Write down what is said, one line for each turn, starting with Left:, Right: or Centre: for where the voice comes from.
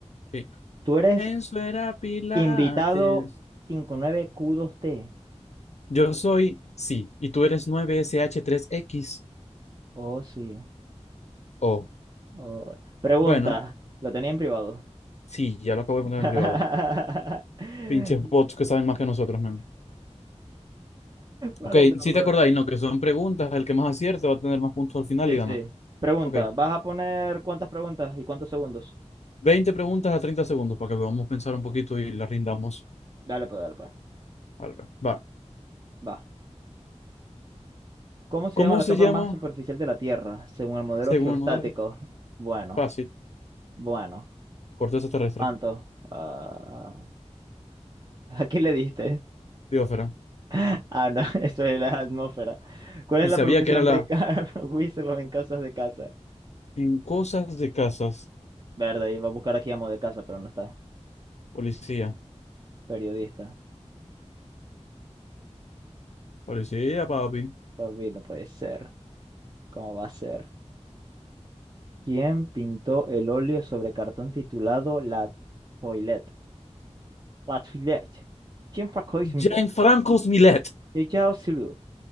Left: Sí.
Right: Tú eres
Left: Enzo era Pilates.
Right: invitado cincuenta y nueve q dos t
Left: Yo soy, sí, y tú eres 9 sh tres x
Right: Oh, sí.
Left: Oh,
Right: Oh. Pregunta.
Left: bueno,
Right: Lo tenía en privado.
Left: sí, ya lo acabo de poner
Right: <laughs>
Left: en privado. Pinches
Right: <laughs>
Left: bots que saben más que nosotros, man.
Right: Malandro
Left: Ok, si
Right: bot.
Left: te acordáis, ¿no? Que son preguntas, el que más acierte va a tener más puntos al final
Right: Sí,
Left: y gana.
Right: sí. Pregunta,
Left: Ok,
Right: ¿vas a poner cuántas preguntas y cuántos segundos?
Left: 20 preguntas a 30 segundos para que podamos pensar un poquito y la rindamos.
Right: Dale, pues, dale, pues.
Left: al ver. Va.
Right: Va. ¿Cómo se
Left: ¿Cómo
Right: llama la
Left: se
Right: capa
Left: llama,
Right: más superficial de la Tierra, según el modelo
Left: según
Right: geostático?
Left: el modelo?
Right: Bueno,
Left: Fácil,
Right: bueno.
Left: corteza terrestre,
Right: ¿Cuánto? Ah, <laughs> ¿a qué le diste?
Left: biosfera.
Right: <laughs> Ah, no, <laughs> eso es la atmósfera. ¿Cuál
Left: Y
Right: es la
Left: sabía
Right: proporción
Left: que era la
Right: de Carl <laughs> en casas de casa?
Left: en cosas de casas,
Right: Verde, iba a buscar aquí amo de casa, pero no está.
Left: policía.
Right: Periodista.
Left: Policía, papi.
Right: Papi, no puede ser. ¿Cómo va a ser? ¿Quién pintó el óleo sobre cartón titulado La Toilette? Латвилять. Чем покой земле?
Left: Gianfrancos Milet.
Right: Летел сюда.